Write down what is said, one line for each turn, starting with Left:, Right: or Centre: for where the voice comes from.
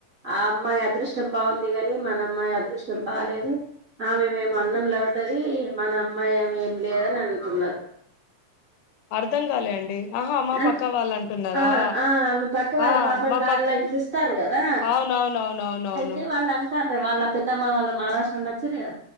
Right: ఆ అమ్మాయి అదృష్టం బాగుంది గని మన అమ్మాయి అదృష్టం బాలేదు ఆమె మేమో అన్నంలవడ్డదీ మన అమ్మాయేమో ఏం లేదననుకున్నరు
Left: అర్ధంగాలే అండి ఆహా మా
Right: అంట్
Left: పక్క వాళ్ళు అంటున్నారా
Right: ఆ ఆ ఆమె పక్క వాళ్ళ
Left: ఆ
Right: పాపకాళ్ళ
Left: మా పక్
Right: ఇంట్ర్స్ వస్తారు గదా
Left: అవునవునవునవునవును
Right: అయితే వాళ్ళ త్తంట వాళ్ళ పెద్దమ్మ వాళ్ళ మారాష్ట్రానుండచ్చిరు గదా